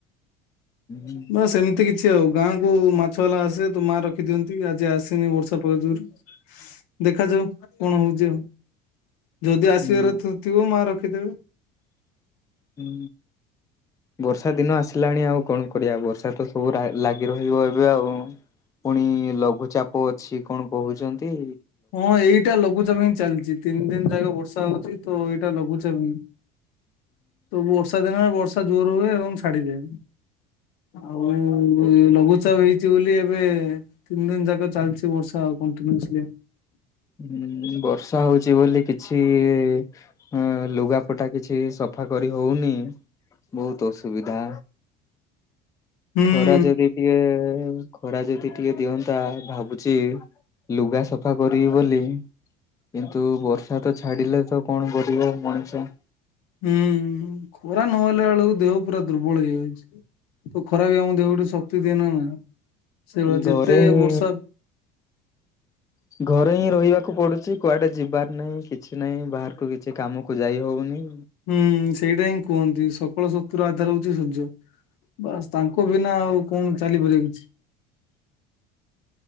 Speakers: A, on the left; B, on the left.
A: ହୁଁ।
B: ନା ସେମିତି କି ସେ ଗାଁ କୁ ମାଛ ବାଲା ଆସେ ତ ମା ରଖିଦିଅନ୍ତି ଆଜି ଆସିନି ବର୍ଷା ପାଗ ଯୋଗୁରୁ। ଦେଖାଯାଉ କଣ ହଉଚି ଆଉ ଯଦି ଆସିବାର
A: ହୁଁ
B: ଥି ଥିବ ମା ରଖିଦେବେ।
A: ହୁଁ। ବର୍ଷା ଦିନ ଆସିଲାଣି ଆଉ କଣ କରିବା। ବର୍ଷା ତ ସବୁ ରା-ଲାଗି ରହିବ ଏବେ ଆଉ। ପୁଣି ଲଘୁଚାପ ଅଛି କଣ କହୁଚନ୍ତି।
B: ହଁ ଏଇଟା ଲଘୁଚାପ ହିଁ ଚାଲିଚି। ତିନି ଦିନ ଯାକ ବର୍ଷା ହଉଛି ତ ଏଇଟା ଲଘୁଚାପ ହିଁ। ତ ବର୍ଷା ଦିନରେ ବର୍ଷା ଜୋର ହୁଏ ଏବଂ ଛାଡିଯାଏ। ଆଉ ଏ
A: ହୁଁ
B: ଲଘୁଚାପ ହେଇଚି ବୋଲି ଏ ବେ ତିନି ଦିନ ଯାକ ଚାଲିଛି ବର୍ଷା ଆଉ କଣ୍ଟିନିଉସ୍ଲି।
A: ହୁଁ, ବର୍ଷା ହଉଚି ବୋଲି କିଛି ଇଏ ହଁ ଲୁଗାପଟା କିଛି ସଫା କରି ହଉନି ବହୁତ ଅସୁବିଧା।
B: ହୁଁ।
A: ତା ଯୋଗିଟିଏ ଖରା ଯଦି ଟିକେ ଦିଅନ୍ତା ଭାବୁଛି ଲୁଗା ସଫା କର ରିବି ବୋଲି କିନ୍ତୁ ବର୍ଷା ତ ଛାଡିଲେ ତ କଣ କରିବ ମଣିଷ।
B: ହୁଁ, ଖରା ନହେଲା ବେଳକୁ ଦେହ ପୁରା ଦୁର୍ବଳ ହେଇଯାଉଛି। ତ ଖରା ବି ଆମ ଦେହକୁ ଟିକେ ଶକ୍ତି ଦିଏ ନା ନା। ସେଇଭଳିଆ ଯେତେ
A: ଘରେବି
B: ବର୍ଷା
A: ଘରେ ହିଁ ରହିବାକୁ ପଡୁଛି। କୁଆଡେ ଯିବାର ନାହିଁ କିଛି ନାହିଁ ବାହାରକୁ କି ଛି କାମକୁ ଯାଇ ହଉନି।
B: ଉଁ, ସେଇଟା ହିଁ କୁହନ୍ତି ସକଳ ଶକ୍ତିର ଆଧାର ହଉଛି ସୂର୍ଯ୍ୟ। ବାସ୍ ତାଙ୍କ ବିନା ଆଉ, କଣ ଚାଲିପାରିବ କିଛି?